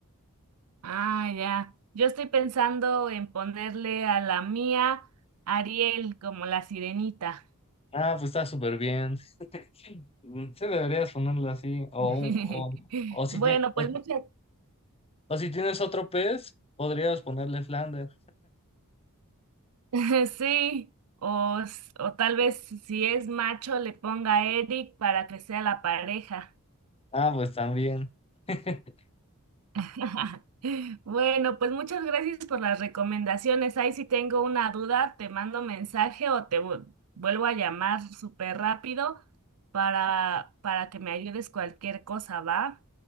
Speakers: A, on the right; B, on the left.
A: Ah, ya. Yo estoy pensando en ponerle a la mía Ariel como la sirenita.
B: Ah, pues está súper bien. Mm, Sí, deberías ponerle así. O,
A: <laughs>
B: o, o, si,
A: Bueno,
B: tie- o,
A: pues muchas.
B: o si tienes otro pez, podrías ponerle Flander.
A: <laughs> Sí. O, s- o tal vez si es macho le ponga a Eric para que sea la pareja.
B: Ah, pues también. <laughs>
A: <laughs> Bueno, pues muchas gracias por las recomendaciones. Ahí si tengo una duda, te mando mensaje o te vu- vuelvo a llamar súper rápido para, para que me ayudes cualquier cosa, ¿va?